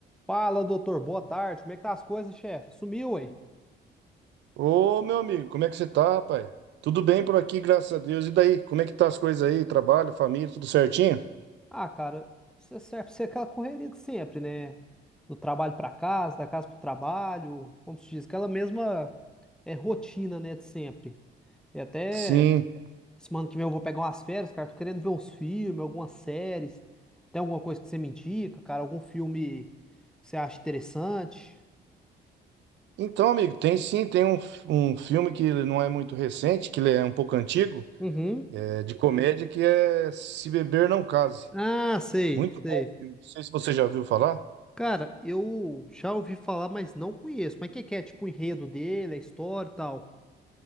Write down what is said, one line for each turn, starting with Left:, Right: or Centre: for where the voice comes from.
Centre: Fala, doutor. Boa tarde. Como é que tá as coisas, chefe? Sumiu aí?
Right: Ô, meu amigo, como é que você tá, rapaz? Tudo bem por aqui, graças a Deus. E daí, como é que tá as coisas aí? Trabalho, família, tudo certinho?
Centre: Ah, cara, você serve pra ser aquela correria de sempre, né? Do trabalho pra casa, da casa pro trabalho, como se diz, aquela mesma é, rotina, né, de sempre. E até
Right: Sim.
Centre: semana que vem eu vou pegar umas férias, cara. Tô querendo ver uns filmes, algumas séries. Tem alguma coisa que você me indica, cara? Algum filme que você acha interessante?
Right: Então, amigo, tem sim, tem um, um filme que ele não é muito recente, que ele é um pouco antigo,
Centre: Uhum.
Right: é de comédia, que é Se Beber Não Case.
Centre: Ah, sei,
Right: Muito
Centre: sei.
Right: bom filme. Não sei se você já viu falar.
Centre: Cara, eu já ouvi falar, mas não conheço. Mas o que que é? Tipo, o enredo dele, a história e tal.